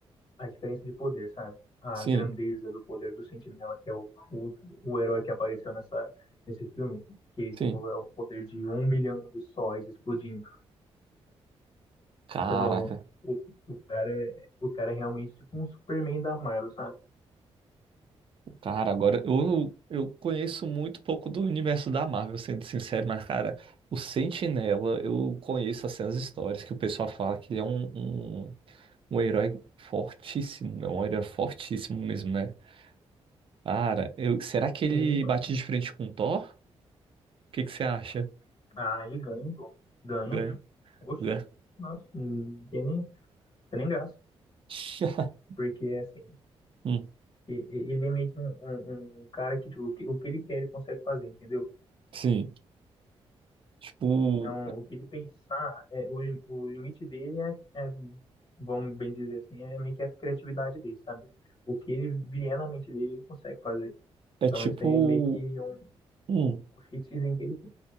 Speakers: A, on the left; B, on the right.
A: a diferença de poder, sabe? A
B: Sim,
A: grandeza do poder do Sentinela, que é o, o, o herói que apareceu nessa, nesse filme, que, tipo,
B: sim.
A: é o poder de um milhão de sóis explodindo.
B: Caraca.
A: Então, o, o cara é, o cara é realmente, tipo, um Superman da Marvel, sabe?
B: Cara, agora eu, eu conheço muito pouco do universo da Marvel, sendo sincero, mas, cara, o Sentinela, eu conheço assim, as histórias que o pessoal fala que ele é um, um, um herói fortíssimo. É um herói fortíssimo mesmo, né? Cara, eu, será que ele
A: Sim, mano.
B: bate de frente com o Thor? O que que você acha?
A: Ah, ele ganha, pô. Ganha.
B: Né?
A: Oxe,
B: né?
A: nossa, não tem nem, tem nem graça.
B: <laughs>
A: Porque, assim,
B: Hum,
A: E- e- Ele é meio que um, um- um um cara que tipo, o que, o que ele quer ele consegue fazer, entendeu?
B: sim. Tipo,
A: Então, o que ele pensar, é, o, li- o limite dele é, é, vamos bem dizer assim, é meio que a criatividade dele, sabe? O que ele vier na mente dele, ele consegue fazer.
B: é
A: Então,
B: tipo.
A: isso aí é meio que um,
B: Hum,
A: um cheatzinho que ele tem.